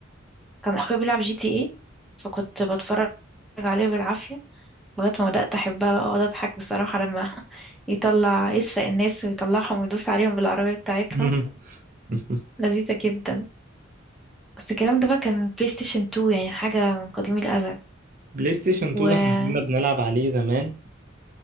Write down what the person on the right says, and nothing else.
مم. <laughs>
بلاي ستيشن 2
ده احنا كنا بنلعب عليه زمان